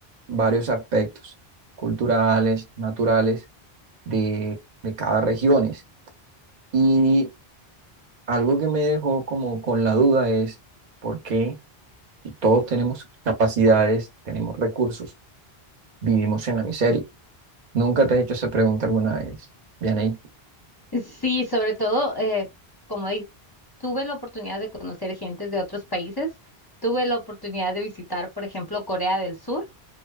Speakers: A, on the right; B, on the left.
A: varios aspectos culturales, naturales de, de cada regiones. Y algo que me dejó como con la duda es por qué si todos tenemos capacidades, tenemos recursos, vivimos en la miseria. ¿Nunca te has hecho esa pregunta alguna vez, Vianey?
B: Sí, sobre todo, eh, como di- tuve la oportunidad de conocer gente de otros países, tuve la oportunidad de visitar, por ejemplo, Corea del Sur,